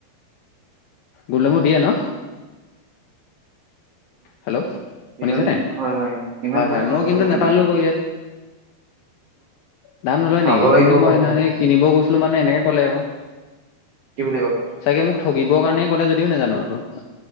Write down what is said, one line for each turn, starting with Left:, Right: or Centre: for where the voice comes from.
Left: গুলনেমু দিয়ে ন। হেল্ল', শুনিছানে।
Right: ইমান হয় হয় ইমান
Left: হয়-হয়,
Right: দাম নলয়
Left: মই কিন্তু নাপালো
Right: গ'ল।
Left: গৈ ইয়াত। দাম নলয়
Right: চাব
Left: নেকি,
Right: লাগিব
Left: কিন্তু মই
Right: ভালকে
Left: সিদিনাখনি কিনিব গৈছিলো মানে এনেকে কলে আকৌ।
Right: কি বুলি কলে।
Left: চাগে মোক ঠগিবৰ কাৰণেই ক'লে যদিও নাজানো আৰু <inaudible>